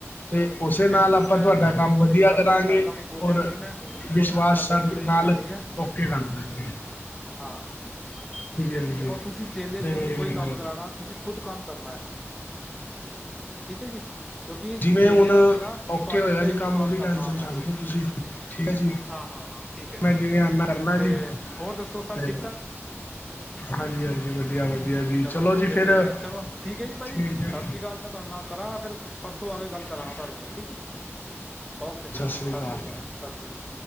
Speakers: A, on the left (about 40°); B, in the centre.
A: ਤੇ ਉਸੇ
B: ਬਿਲਕੁਲ
A: ਨਾਲ ਆਪਾਂ
B: ਮੈਂ
A: ਤੁਆਡਾ
B: ਤੁਹਾਡੇ
A: ਕੰਮ
B: ਕੋਲ
A: ਵਧੀਆ
B: ਹੀ ਕਰਾਉਣੀ
A: ਕਰਾਂਗੇ
B: ਹੈ ਪਹਿਲਾਂ ਵੀ ਬੋਲਿਆ
A: ਔਰ
B: ਸੀ ਮੈਂ ਹੁਣ ਵੀ
A: ਵਿਸ਼ਵਾਸ
B: ਬੋਲ ਰਿਹਾ ਤੁਹਾਡੇ
A: ਸ਼
B: ਕੋਲ ਹੀ
A: ਨਾਲ
B: ਕਰਾਉਣੀ ਹੈ
A: ਓਕੇ ਕਰਦਾਂਗੇ।
B: ਹਾਂ ਠੀਕ ਐ-ਠੀਕ
A: ਹਾਂਜੀ
B: ਐ ਔਰ ਤੁਸੀਂ ਚੇਲੇ
A: ਤੇ
B: ਕੋਲੋਂ ਜੇ ਕੋਈ ਕੰਮ ਕਰਾਨਾ ਤੁਸੀਂ ਖੁਦ ਕੰਮ ਕਰਨਾ ਐ, ਠੀਕ ਐ ਜੀ ਕਿਓਂਕਿ
A: ਜਿਵੇਂ
B: ਚੇਲੇਆਂ
A: ਹੁਣ
B: ਜ਼ਾਦਾ
A: ਓਕੇ
B: ਤੁਆਡੇ
A: ਹੋਏਗਾ
B: ਤੇ
A: ਜੀ
B: ਵਿਸ਼ਵਾਸ
A: ਕੰਮ ਉਹਦੀ
B: ਕਰਨਾ
A: ਟੈਨਸ਼ਨ
B: ਵਾ
A: ਛੱਡ
B: ਮੈਂ
A: ਦੋ ਤੁਸੀਂ ਠੀਕ ਹੈ ਜੀ
B: ਹਾਂ-ਹਾਂ-ਹਾਂ। ਠੀਕ ਐ-ਠੀਕ
A: ਮੈਂ ਜਿਵੇਂ
B: ਐ
A: ਆਨਾ ਕਰਨਾ
B: ਤੇ
A: ਜੀ
B: ਹੋਰ ਦੱਸੋ ਸਭ
A: ਤੇ
B: ਠੀਕ-ਠਾਕ।
A: ਹਾਂਜੀ ਹਾਂਜੀ ਵਧੀਆ ਵਧੀਆ ਜੀ
B: ਚਲੋ ਵਦੀਆ
A: ਜੀ ਫਿਰ
B: ਚਈਦੈ ਚਲੋ ਠੀਕ ਐ ਜੀ ਭਾਜੀ
A: ਠੀਕ ਹੈ
B: ਸਸ ਰੀ ਕਾਲ ਮੈਂ ਤਾਡੇ ਨਾਲ ਕਰਾਂ ਫਿਰ ਪਰਸੋਂ ਓਥੋਂ ਆ ਕੇ ਗੱਲ ਕਰਾਂਗਾ
A: ਹਾਂ
B: ਤੁਹਾਡੇ ਠੀਕ ਓਕੇ
A: ਸ੍ਰੀ
B: ਸਸ
A: ਅਕਾਲ
B: ਰੀ ਕਾਲ ਸਸ ਰੀ ਕਾਲ।